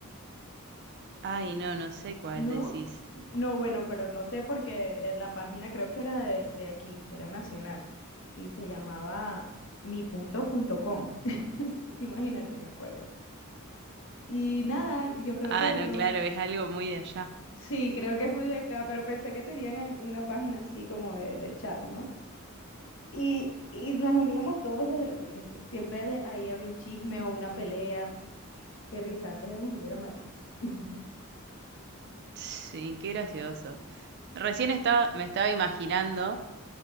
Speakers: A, on the right (about 50°); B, on the left (about 65°).
A: Ay, no, no sé cuál
B: No,
A: decís.
B: no, bueno, pero no sé porque eh, la página creo que era de, de aquí, era nacional y se llamaba mi punto punto com. <laughs> Imagínate, me acuerdo. Y nada, yo creo
A: Ah,
B: que
A: no,
B: no,
A: claro, es algo muy de allá.
B: sí, creo que es muy de acá, pero pensé que tenían en- una página así como de, de chat, ¿no? Y, y nos uníamos todos los del colegio. Siempre de ahí había un chisme o una pelea. Qué risa, antes éramos muy dramáticos. <laughs>
A: Sí, qué gracioso. Recién estaba, me estaba imaginando